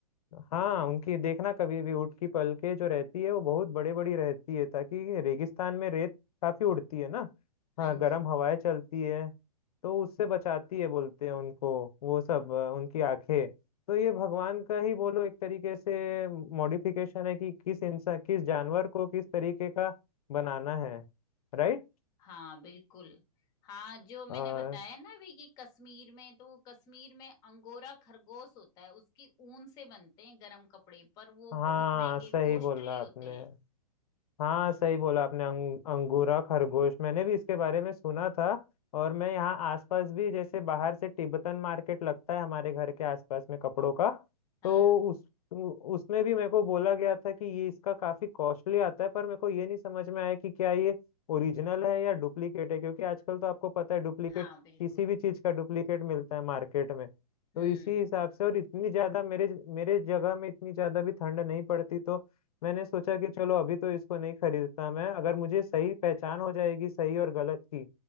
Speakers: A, on the left; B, on the left.
A: हाँ उनकी देखना कभी भी ऊँट की पलके जो रहती है वो बहुत बड़े बड़ी रहती है ताकि रेगिस्तान में रेत काफी उड़ती है ना
B: हाँ
A: हाँ गर्म
B: जी
A: हवाएं चलती है तो उससे बचाती है बोलते हैं उनको वो सब अ, उनकी आंखें तो ये भगवान का ही बोलो एक तरीके से मॉडिफिकेशन है कि किस इंसान किस जानवर को किस तरीके का बनाना है राइट
B: हाँ बिल्कुल हाँ जो मैंने
A: और
B: बताया ना अभी कि कश्मीर में तो वो कश्मीर में अंगोरा खरगोश होता है उसकी ऊन से बनते हैं गरम कपड़े पर वो
A: हाँ
B: बहुत महंगे
A: सही
B: कॉस्टली
A: बोला
B: होते
A: आपने
B: हैं
A: हाँ सही बोला आपने अंग, अंगूरा खरगोश मैंने भी इसके बारे में सुना था और मैं यहाँ आसपास भी जैसे बाहर से तिब्बतन मार्केट लगता है हमारे घर के आसपास में कपड़ों का
B: हाँ
A: तो उस उ- उसमें भी मेरे को बोला गया था कि ये इसका काफी कॉस्टली आता है पर मेरे को ये नहीं समझ में आया कि क्या ये ओरिजिनल है या डुप्लीकेट है क्योंकि आजकल तो आपको पता है डुप्लीकेट
B: हाँ बिल्कुल
A: किसी भी चीज का डुप्लीकेट मिलता है मार्केट में तो
B: हम्म
A: इसी हिसाब से और इतनी ज्यादा मेरे मेरे जगह में इतनी ज्यादा भी ठंड नहीं पड़ती तो मैंने सोचा कि चलो अभी तो इसको नहीं खरीदता मैं अगर मुझे सही पहचान हो जाएगी सही और गलत की